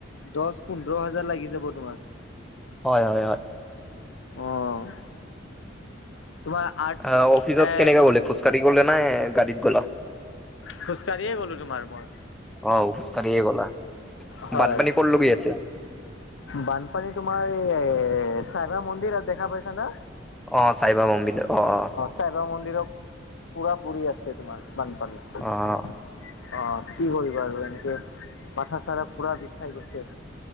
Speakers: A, on the left; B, in the centre.
A: দচ, পোন্ধৰ হাজাৰ লাগি যাব তোমাৰ।
B: হয় হয় হয়।
A: অ' তোমাৰ আৰ্ট
B: অ' অফিচত
A: এ
B: কেনেকে
A: তোমাৰ
B: গলি খোজকাঢ়ি গলে নে গাড়ীত গ'ল?
A: খোজকাঢ়িয়ে গ'লো তোমাৰ মই।
B: অ খোজকাঢ়িয়েই গ'লা।
A: হয়।
B: বানপানী ক'ৰ লগি আছিল?
A: বানপানী তোমাৰ এই চাইভাৰ মন্দিৰত দেখা পাইছা না?
B: অ চাইভাৰ মন্দিৰত অ অ
A: চাইবাৰ মন্দিৰত পুৰা পুৰি আছে তোমাৰ বানপানীত।
B: অ'
A: অ, কি কৰিবা আৰু এনেকে মাঠা চাৰা পুৰা বিষাই গৈছে।